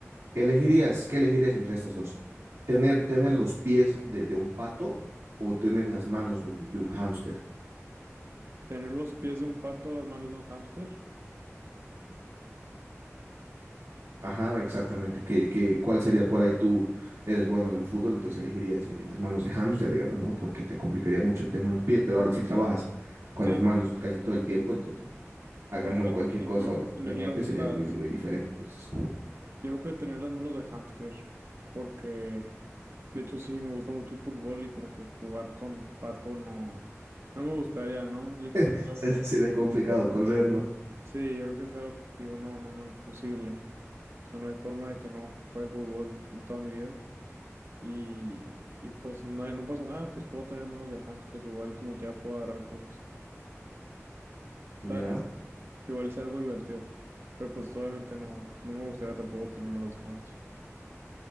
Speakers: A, on the right; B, on the right.
A: ¿Elegirías, qué elegirías entre estas dos? ¿Tener, tener los pies de, de un pato o tener las manos de un, de un hámster?
B: Tener los pies de un pato, las manos de un hámster.
A: Ajá, exactamente. ¿Qué, qué, cuál sería por ahí tú eres bueno en fútbol? Entonces elegirías eh, las manos de hámster, digamos, ¿no? Porque te complicaría mucho el tema de los pies, pero ahora sí trabajas con
B: Sí,
A: las manos casi todo el tiempo, entonces agarrar
B: pues yo,
A: cualquier
B: yo
A: cosa
B: creo
A: o desempeñarte
B: que tener las, las,
A: sería muy, muy diferente. Entonces,
B: yo creo que tener las manos de hámster, porque... De hecho, sí, me gusta mucho el fútbol y como que jugar con Pato no, no me gustaría, ¿no? Yo
A: <laughs>
B: creo
A: sería,
B: que,
A: sería complicado correr, ¿no?
B: sí, yo creo que es algo que digo, no, no, no, imposible. O sea, no hay forma de que no juegue fútbol en toda mi vida. Y, y pues no, hay- no pasa nada, pues puedo tener manos de hámster, igual y como quiera puedo agarrar cosas,
A: Ya,
B: ¿sabes? Igual es algo divertido. Pero pues obviamente no, no me gustaría tampoco tener manos de hámster.